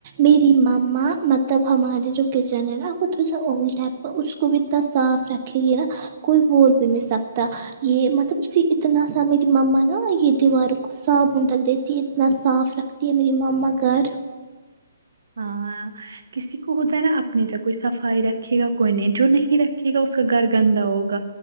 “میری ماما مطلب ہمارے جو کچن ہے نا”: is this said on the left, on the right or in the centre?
Right